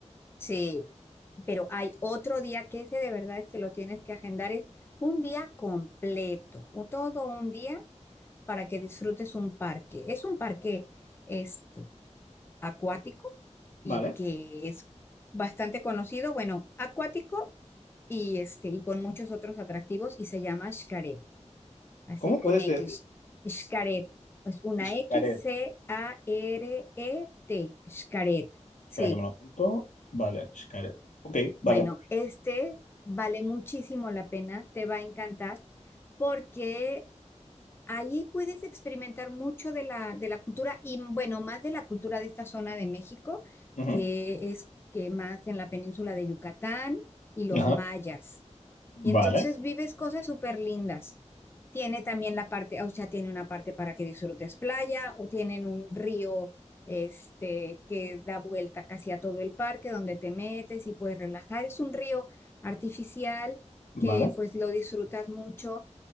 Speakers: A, on the left; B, on the left.
A: Sí, pero hay otro día que ese de verdad es que lo tienes que agendar, es un día completo, o todo un día para que disfrutes un parque. Es un parque este, acuático y
B: Vale.
A: que es bastante conocido, bueno, acuático y, este, y con muchos otros atractivos y se llama Xcaret, así
B: ¿Cómo
A: con
B: puedes
A: X.
B: decir
A: Xcaret, es una
B: Xcaret?
A: X-C-A-R-E-T, Xcaret, sí.
B: Espera que me lo apunto. Vale, Xcaret. Ok,
A: Bueno,
B: vale.
A: este vale muchísimo la pena, te va a encantar porque ahí puedes experimentar mucho de la, de la cultura y bueno, más de la cultura de esta zona de México,
B: Ujú,
A: que es que más en la península de Yucatán y los
B: Ajá.
A: mayas. Y entonces
B: Vale,
A: vives cosas súper lindas. Tiene también la parte, o sea, tiene una parte para que disfrutes playa, o tienen un río este, que da vuelta casi a todo el parque donde te metes y puedes relajar. Es un río artificial
B: vale.
A: que pues lo disfrutas mucho,